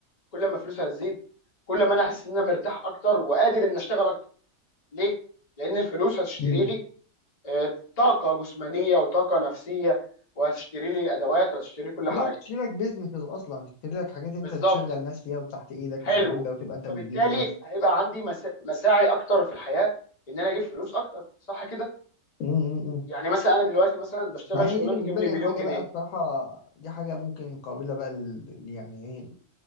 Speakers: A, on the left (about 40°); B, on the left (about 75°).
A: كل ما فلوسي هتزيد كل ما انا احس ان انا مرتاح اكتر وقادر ان اشتغل اكتر ليه؟ لان الفلوس هتشتري
B: مم.
A: لي آه، طاقه جسمانيه وطاقه نفسيه وهتشتري لي ادوات وهتشتري لي كل حاجه
B: لو تشتري لك بيزنس اصلا تشتري لك حاجات انت
A: فبالظبط
B: تشغل ناس فيها وتحت ايدك
A: حلو
B: والكلام ده وتبقى انت
A: فبالتالي
B: بتديره بس
A: هيبقى عندي مسا- مساعي اكتر في الحياه ان انا اجيب فلوس اكتر صح كده؟
B: مم. مم.
A: يعني مثلا انا دلوقتي مثلا بشتغل
B: ما
A: شغلانه
B: هنا دي بالنسبة
A: بتجيب لي
B: لي
A: مليون
B: حاجة
A: جنيه
B: بقى الصراحة دي حاجة ممكن قابلة بقى لل لل- يعني ايه